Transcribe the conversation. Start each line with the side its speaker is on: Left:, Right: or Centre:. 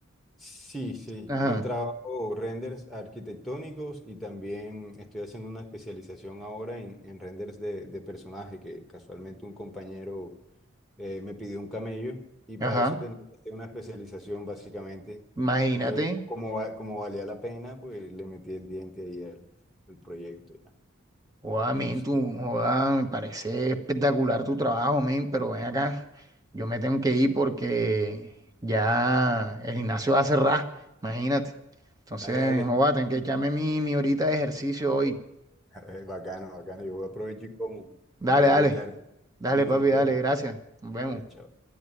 Centre: Sí, sí,
Right: Ajá,
Centre: yo trabajo renders arquitectónicos y también estoy haciendo una especialización ahora en, en renders de, de personaje, que casualmente un compañero eh, me pidió un camello y
Right: ajá.
Centre: para eso tenía que hacer una especialización básicamente.
Right: Imagínate.
Centre: Entonces, como, como va- como valía la pena, pues le metí el diente ahí al, al proyecto ya.
Right: Joda, men,
Centre: Entonces,
Right: tú, joda, me parece espectacular tu trabajo, men, pero ven acá, yo me tengo que ir porque ya el gimnasio va a cerrar, imagínate. Entonces,
Centre: dale, dale.
Right: joda, tengo que echarme
Centre: <laughs>
Right: mi, mi horita de ejercicio hoy.
Centre: Eh, Bacano, bacano, yo voy a aprovechar y como,
Right: Dale,
Centre: que ya
Right: dale,
Centre: voy tarde.
Right: dale,
Centre: Listo,
Right: papi,
Centre: nos
Right: dale,
Centre: vemos.
Right: gracias. Nos vemos.
Centre: Dale, chao.